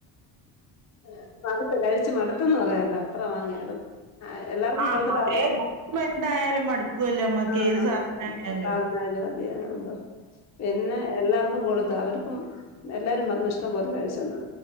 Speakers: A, on the left; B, on the right.
A: ഏഹ് മട്ത്ത് കഴിച്ച് മട്ത്തെന്ന് പറയാലോ അത്ര മാങ്ങയായിരുന്നു ആഹ് എല്ലാർക്കും
B: ആഹ്
A: കൊടുത്തിട്ട്
B: കൊറേ
A: അവർക്കും
B: കഴിക്കുമ്പോ എന്തായാലും മടുക്കുവല്ലോ നമ്മക്ക്
A: ആഹ്
B: ഏത് സാധനായാലും
A: <unintelligible> സാധനായാലും <unintelligible> പിന്നെ എല്ലാർക്കും ക്കും കൊടുത്ത് അവർക്കും എല്ലാരും പറഞ്ഞു ഇഷ്ടം പോലെ കഴിച്ചെന്ന്